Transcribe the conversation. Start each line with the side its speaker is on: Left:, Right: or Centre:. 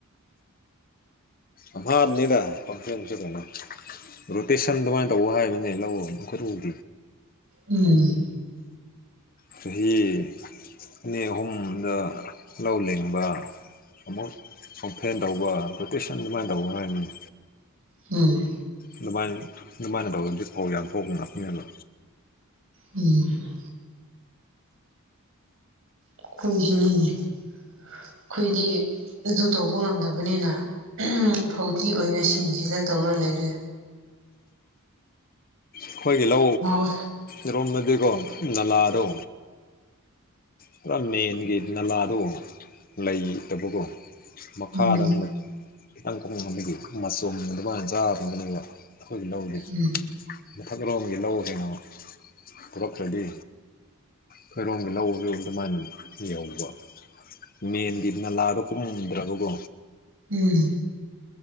Left: ꯑ ꯍꯥꯅꯤꯗ ꯍꯁꯤꯁꯤ ꯀ ꯔꯣꯇꯦꯁꯟ ꯑꯗꯨꯃꯥꯏꯅ ꯇꯧꯧꯕ ꯍꯥꯏꯕꯅꯦ ꯂꯧꯣꯏ
Right: ꯎꯝ
Left: ꯆꯍꯤ ꯑꯅꯤ ꯑꯍꯨꯝꯗ ꯂꯧ ꯂꯤꯡꯕ ꯑꯃꯨꯛ ꯁ ꯐꯦꯟ ꯇꯧꯕ ꯒ꯭ꯔꯣꯇꯦꯁꯟ ꯑꯗꯨꯃꯥꯏꯅ ꯇꯧꯕ ꯍꯥꯏꯕꯅꯤ
Right: ꯎꯝ
Left: ꯑꯗꯨꯃꯥꯏꯅ ꯑꯗꯨꯃꯥꯏꯅ ꯇꯧꯗꯗꯤ ꯐꯧ ꯌꯥꯝ ꯊꯣꯛꯄ ꯉꯥꯛꯇꯅꯦꯕ
Right: ꯎꯝ ꯑꯩꯈꯣꯏ ꯍꯤꯡꯉꯤꯅꯤ ꯑꯩꯈꯣꯏꯗꯤ ꯑꯗꯨ ꯇꯧꯕ ꯉꯝꯗꯕꯅꯤꯅ ꯐꯧꯗꯤ ꯑꯣꯏꯅ ꯁꯤꯁꯤꯡꯁꯤꯗ ꯇꯧꯔ ꯂꯩꯔꯦ
Left: ꯑꯩꯈꯣꯏꯒꯤꯍ
Right: ꯃꯍꯧ
Left: ꯏꯔꯣꯝꯅꯗꯤꯀꯣ ꯅꯂꯥꯗꯣ ꯄꯨꯔꯥ ꯃꯦꯟꯒꯤ ꯅꯂꯥꯗꯣ ꯂꯩꯇꯕꯀꯣ ꯃꯈꯥꯗ
Right: ꯎꯝ
Left: ꯑꯃ <unintelligible> ꯈꯤꯇꯪ ꯀꯨꯝꯃ ꯑꯃꯒꯤꯒꯤ ꯃꯆꯨꯝ ꯑꯗꯨꯃꯥꯏꯅ ꯆꯥꯕꯗꯨꯅꯦꯕ ꯑꯩꯈꯣꯏꯒꯤ ꯂꯧꯗꯨ
Right: ꯎꯝ
Left: ꯃꯊꯛꯔꯣꯝꯒꯤ ꯂꯧ ꯍꯦꯟꯅ ꯄꯨꯔꯛꯈ꯭ꯔꯗꯤ ꯈꯣꯏꯔꯣꯝꯒꯤ ꯂꯧꯁꯨ ꯑꯗꯨꯃꯥꯏꯅ ꯌꯧꯕ ꯃꯦꯟꯗꯤ ꯅꯂꯥꯗꯣ ꯀꯨꯝꯃꯝꯗ꯭ꯔꯕꯀꯣ
Right: ꯎꯝ